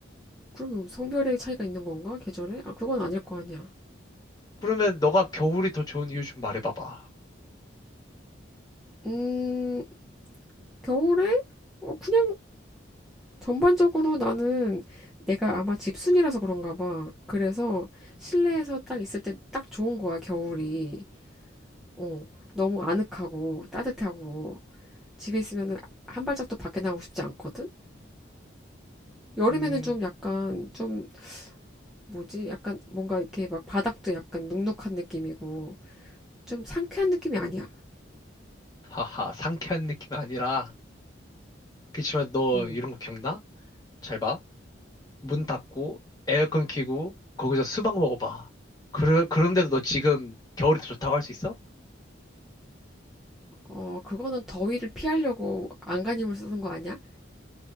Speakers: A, in the centre; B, on the left (about 20°).
A: 그러면 성별의 차이가 있는 건가? 계절에? 아, 그건 아닐 거 아니야.
B: 그러면 너가 겨울이 더 좋은 이유 좀 말해봐봐.
A: 음, 겨울에? 어, 그냥 전반적으로 나는 내가 아마 집순이라서 그런가 봐. 그래서 실내에서 딱 있을 때 딱 좋은 거야, 겨울이. 어, 너무 아늑하고 따뜻하고 집에 있으면은 한 발짝도 밖에 나가고 싶지 않거든? 여름에는
B: 음,
A: 좀 약간 좀 뭐지? 약간 뭔가 이렇게 막 바닥도 약간 눅눅한 느낌이고 좀 상쾌한 느낌이 아니야.
B: 하하, 상쾌한 느낌이 아니라. 그치만 너
A: 음.
B: 이런 거 기억나? 잘 봐. 문 닫고, 에어컨 켜고, 거기서 수박 먹어봐. 그러, 그런데도 너 지금 겨울이 더 좋다고 할 수 있어?
A: 어, 그거는 더위를 피하려고 안간힘을 쓰는 거 아니야?